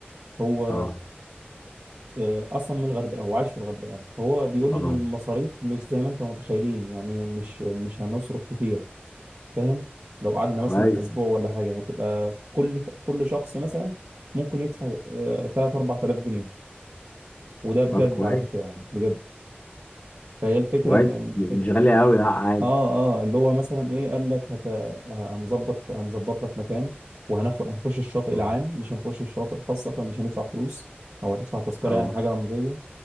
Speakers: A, on the right; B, on the left.
A: هو
B: اه
A: آه، اصلا من الغردقة هو عايش في الغردقة فهو بيقول لي
B: اه
A: ان المصاريف مش زي ما انت متخيلين يعني مش مش هنصرف كتير فاهم لو قعدنا
B: كويس
A: مثلا اسبوع ولا حاجة هتبقى كل كل شخص مثلا ممكن يدفع 3 4000 جنيه وده بجد
B: طب كويس
A: على فكرة يعني بجد فهي الفكرة
B: كويس
A: ان
B: مش غالية أوي لا عادي
A: اه اه اللي هو مثلا ايه قال لك هت... هنظبط هنظبط لك مكان وهناخد هنخش الشاطئ
B: اه
A: العام مش هنخش الشاطئ الخاص فمش هندفع فلوس او هتدفع تذكره
B: اه
A: يعني حاجه رمزيه